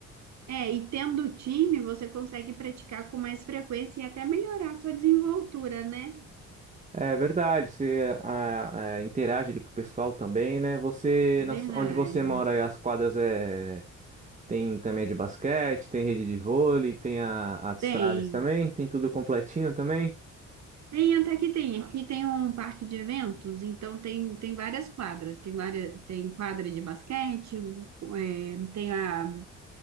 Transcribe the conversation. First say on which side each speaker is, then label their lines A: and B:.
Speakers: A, on the right (about 65°); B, on the right (about 25°).
A: É, e tendo time, você consegue praticar com mais frequência e até melhorar a sua desenvoltura, né?
B: É verdade, você ah, ah, interage ali com o pessoal também, né? Você, na
A: Verdade.
B: su- onde você mora, aí, as quadras é Tem também a de basquete, tem rede de vôlei, tem a, a de
A: Tem.
B: estradas também, tem tudo completinho também.
A: Tem, até que tem. Aqui tem um parque de eventos, então tem, tem várias quadras. Tem várias, tem quadra de basquete, é, tem a